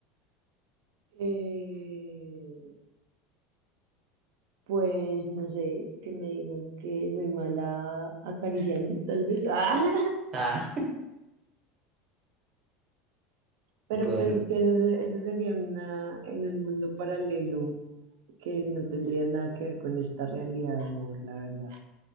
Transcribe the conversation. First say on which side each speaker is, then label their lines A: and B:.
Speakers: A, on the right; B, on the right.
A: Eh, pues no sé, que me digan que soy mala acariciando, tal vez. <laughs>
B: Ah,
A: Pero
B: <laughs>
A: pues
B: bueno.
A: que eso, eso sería una, en un mundo paralelo que no tendría nada que ver con esta realidad, amor, la verdad.